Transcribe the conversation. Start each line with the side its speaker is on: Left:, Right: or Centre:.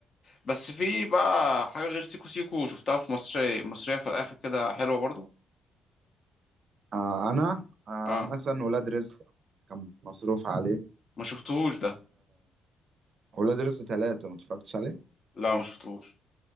Left: بس في بقى حاجه غير سيكو سيكو شفتها في مصري مصريه في الاخر كده حلوه برضو
Right: آه انا آه
Left: اه
Right: مثلا ولاد رزق كان مصروف عليه
Left: ما شفتهوش ده
Right: ولاد رزق ثلاثة ما اتفرجتش عليه
Left: لا ما شفتهوش